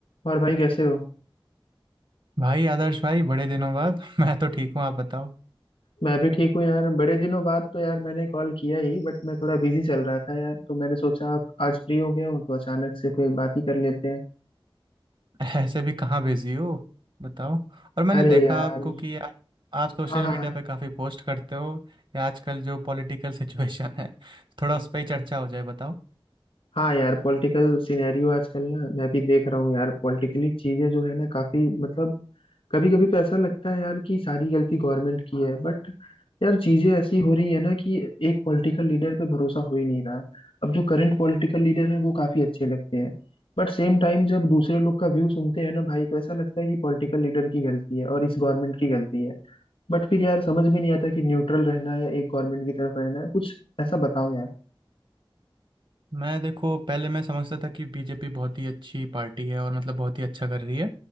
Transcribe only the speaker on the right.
भाई आदर्श भाई बड़े दिनों बाद <laughs> मैं तो ठीक हूँ आप बताओ
ऐसे भी कहाँ बिजी हो बताओ और मैंने
देखा
आपको कि आप आप सोशल
मीडिया पे काफ़ी पोस्ट करते हो या आजकल जो पॉलिटिकल सिचुएशन है थोड़ा उस पर ही चर्चा हो जाए बताओ
मैं देखो पहले मैं समझता था कि बीजेपी बहुत ही अच्छी पार्टी है और मतलब बहुत ही अच्छा कर रही है